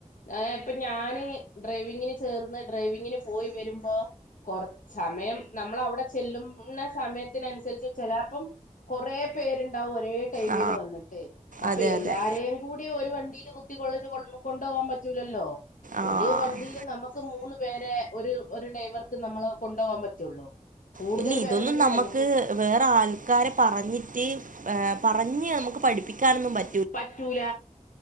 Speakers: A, on the left (about 80°); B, on the right (about 80°).
A: ആ് ഇപ്പൊ ഞാന് ഡ്രൈവിങ്ങിന് ചേർന്ന് ഡ്രൈവിങ്ങിന് പോയി വരുമ്പോ കൊറ സമയം നമ്മൾ അവിടെ ചെല്ലും സമയത്തിനനുസരിച്ച് ചിലപ്പം കൊറ പേരുണ്ടാവും േ ടൈമ
B: ആ
A: വന്നിട്ട് അപ്പൊ
B: അതെ
A: എല്ലാരേും
B: അതെ
A: കൂടി ഒരു വണ്ടിൽ കുത്തി കൊൊള്ള കൊ കൊണ്ടുപകാൻ പറ്റലല്ലോ
B: ആ
A: ഒരു വണ്ടിയിലും നമുക്ക് മൂന്ന് പേരെ ഒരു ഒരു ഡ്രൈവർക്ക് നമ്മള് കൊണ്ടുപോകാൻ പറ്റുള്ളൂ കൂടുതൽ
B: പിന്നെ ഇതൊന്നും
A: പേരൊന്നും
B: നമ്മുക്ക്
A: നമുക്ക്
B: വേറെ ആൾക്കാരെ പറഞ്ഞിട്ട് ഏ പറഞ്ഞ് നമുക്ക് പഠിപ്പിക്കാനൊന്നും പറ്റ
A: പറ്റൂല